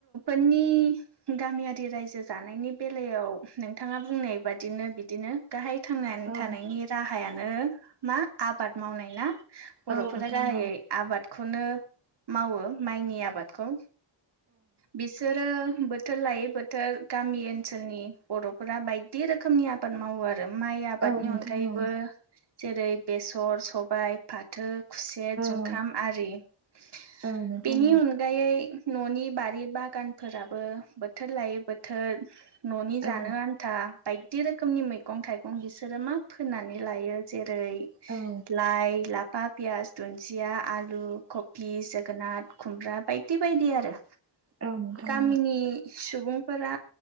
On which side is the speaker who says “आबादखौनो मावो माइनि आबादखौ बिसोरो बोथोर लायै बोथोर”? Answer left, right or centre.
Right